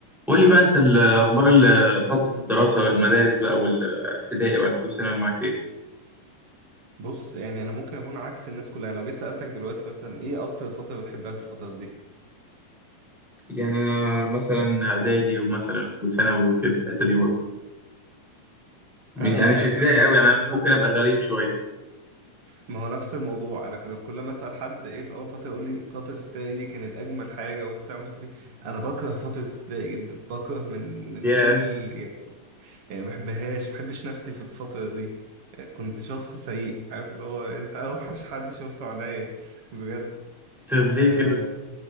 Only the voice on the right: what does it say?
بص يعني انا ممكن اكون عكس الناس كلها يعني لو جيت سالتك دلوقتي مثلا ايه اكتر فتره بتحبها في الفترات دي
انا
تصدق ممكن
اكون
شبك
ما هو نفس الموضوع انا كل كل ما اسال حد ايه في اول فتره يقول لي فتره ابتدائي دي كانت اجمل حاجه وبتاع مش عارف ايه انا بكره فتره ابتدائي جدا بكره من من
كل يعني يعني ما بحبهاش ما بحبش نفسي في الفتره دي كنت شخص سيء عارف اللي هو انت اوحش حد شفته عينيا بجد
آه،